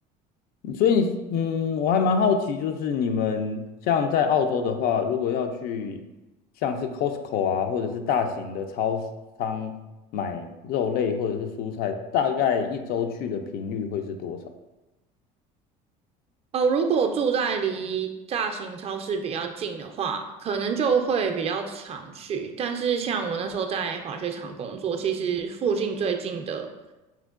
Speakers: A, on the left; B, on the right.
A: 所以，嗯，我还蛮好奇，就是你们像在澳洲的话，如果要去像是 Costco 啊，或者是大型的超市商买肉类或者是蔬菜，大概一周去的频率会是多少？
B: 哦，如果住在离大型超市比较近的话，可能就会比较常去。但是像我那时候在滑雪场工作，其实附近最近的